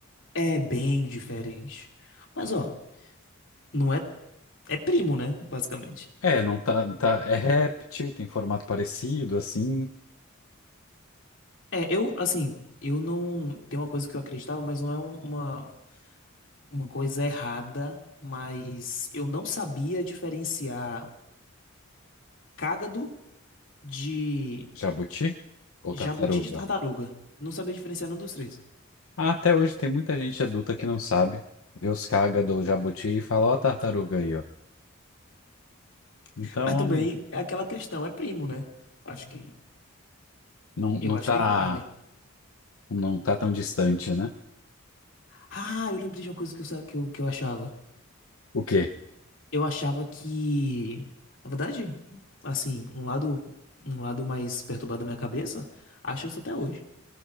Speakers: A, on the left; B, on the left.
A: É bem diferente. Mas, ó, não é. É primo, né? Basicamente.
B: É, não tá, tá. É réptil, tem formato parecido, assim.
A: É, eu, assim, eu não. Tem uma coisa que eu acreditava, mas não é um- uma, uma coisa errada. Mas eu não sabia diferenciar cágado de
B: Jabuti ou
A: jabuti
B: tartaruga?
A: de tartaruga. Não sabia diferenciar nenhum dos três.
B: Ah, até hoje tem muita gente adulta que não sabe. Vê os caga do jabuti e fala, ó, a tartaruga aí, ó. Então,
A: Mas também é aquela questão, é primo, né? Acho que.
B: não,
A: Eu
B: não
A: acho
B: tá,
A: que vale.
B: não tá tão distante, né?
A: Ah, eu lembrei de uma coisa que eu, sa- que eu, que eu achava.
B: O quê?
A: Eu achava que, na verdade, assim, um lado, um lado mais perturbado da minha cabeça, acha isso até hoje.